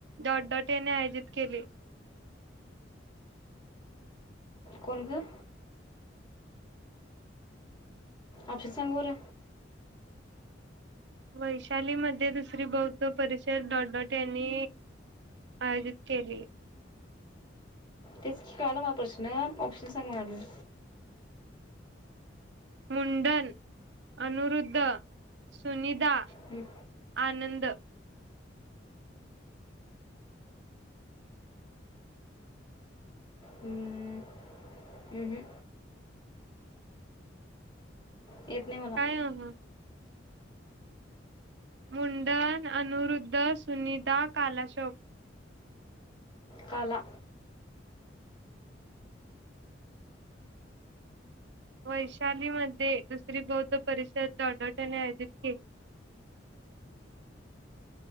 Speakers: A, on the right; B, on the left.
A: डॉट- डॉट याने आयोजित केली.
B: कोण गं! ऑप्शन सांग बर!
A: वैशाली मध्ये दुसरी बौद्ध परिषद डॉट -डॉट यांनी आयोजित केली.
B: तेच की कळालं मला प्रश्न ऑप्शन सांग म्हनालोय.
A: मुंडन, अनुरुद्ध, सुनीध डा
B: हम्म.
A: आनंद
B: हम्म. हम्म. येत नाही मला
A: काय हं ह मुंडन, अनुरुद्ध, सुनीता, कालशोक.
B: काला
A: वैशालीमध्ये दुसरी बौद्ध परिषद डॉट डॉट यांनी आयोजित केली.